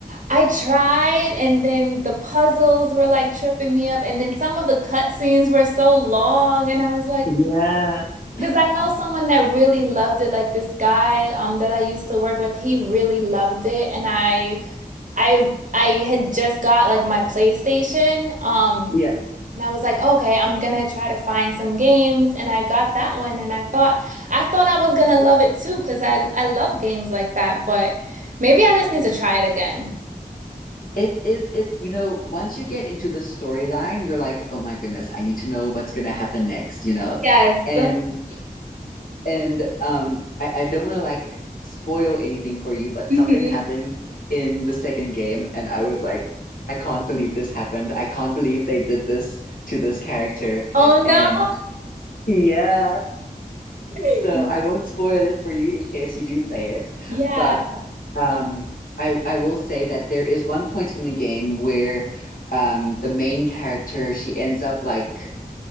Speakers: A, on the right; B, on the left.
A: I tried and then the puzzles were like tripping me up and then some of the cutscenes were so long and I was like
B: Yeah. <laughs>
A: because I know someone that really loved it like this guy um that I used to work with, he really loved it and I I I had just got like my PlayStation. Um
B: Yeah.
A: And I was like, okay, I'm gonna try to find some games. And I got that one and I thought I thought I was gonna love it too, because I I love games like that, but maybe I just need to try it again.
B: It is it, you know, once you get into the storyline, you're like, oh my goodness, I need to know what's gonna happen next, you know?
A: Yes.
B: And
A: <laughs>
B: and um I, I don't wanna like spoil anything for you, but
A: Mhm.
B: something happens in the second game and I was like, I can't believe this happened. I can't believe they did this to this character.
A: Oh no.
B: And yeah,
A: <laughs>
B: so I won't spoil it for you in case you do play it,
A: Yeah.
B: but um, I I will say that there is one point in the game where um the main character she ends up like